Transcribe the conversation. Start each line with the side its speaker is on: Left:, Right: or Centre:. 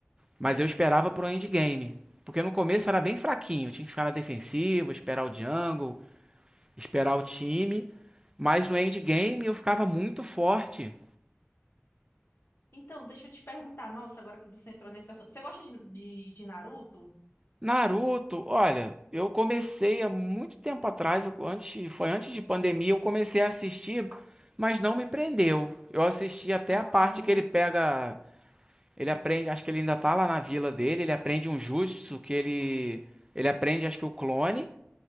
Right: mas eu esperava pro endgame, porque no começo era bem fraquinho, eu tinha que ficar na defensiva, esperar o jungle, esperar o time, mas no endgame eu ficava muito forte.
Left: Então, deixa eu te perguntar. Nossa, agora que você entrou nesse assunto. Você gosta de, de, de Naruto?
Right: Naruto, olha, eu comecei há muito tempo atrás, eu- antes, foi antes de pandemia, eu comecei a assistir, mas não me prendeu. Eu assisti até
Left: Ah,
Right: a parte que ele pega, ele aprende, acho que ele ainda tá lá na vila dele, ele aprende um jutsu que ele, ele aprende, acho que o clone,